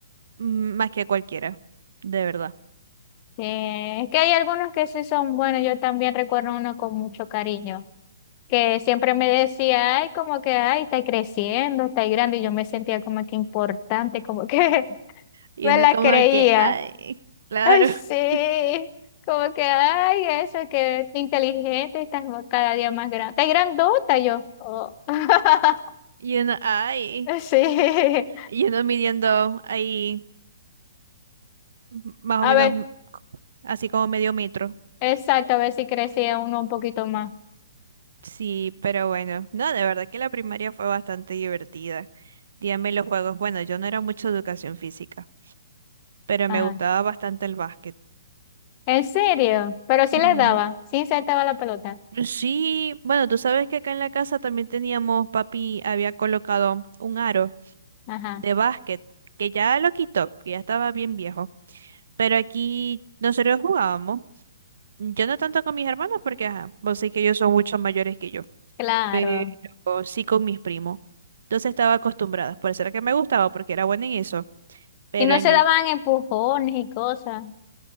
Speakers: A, on the right (about 70°); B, on the left (about 25°).
A: mm, más que cualquiera, de verdad.
B: Eh, es que hay algunos que sí son buenos. Yo también recuerdo uno con mucho cariño, que siempre me decía, ay, como que, ay, está creciendo, está grande. Y yo me sentía como que importante, como que <laughs>
A: Y
B: me
A: uno
B: la
A: como
B: creía.
A: que, ay, claro.
B: Ay, sí.
A: <laughs>
B: Como que, ay, eso, que inteligente, estás cada día más grande. Estás grandota yo. Oh. <laughs>
A: Y uno, ay.
B: Sí.
A: Y uno midiendo ahí m- más
B: A
A: o menos
B: ver,
A: mm, c- así como medio metro.
B: exacto, a ver si crecía uno un poquito más.
A: Sí, pero bueno. No, de verdad que la primaria fue bastante divertida. Dígame los juegos. Bueno, yo no era mucho de educación física. pero
B: Ajá.
A: me gustaba bastante el básquet.
B: ¿En serio? Pero sí
A: Ujú.
B: les daba, sí insertaba la pelota.
A: Sí, bueno, tú sabes que acá en la casa también teníamos, papi había colocado un aro
B: Ajá,
A: de básquet, que ya lo quitó, que ya estaba bien viejo, pero aquí nosotros jugábamos, yo no tanto con mis hermanos porque, ajá, vos sé que ellos son mucho mayores que yo,
B: claro.
A: pero sí con mis primos. Entonces estaba acostumbrada, por eso era que me gustaba, porque era buena en eso, pero
B: Y no
A: en
B: se
A: el...
B: daban empujones y cosas. <laughs>